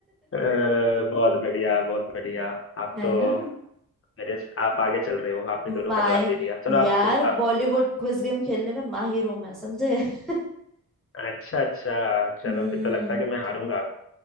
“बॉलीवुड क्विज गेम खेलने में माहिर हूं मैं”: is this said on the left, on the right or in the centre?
Centre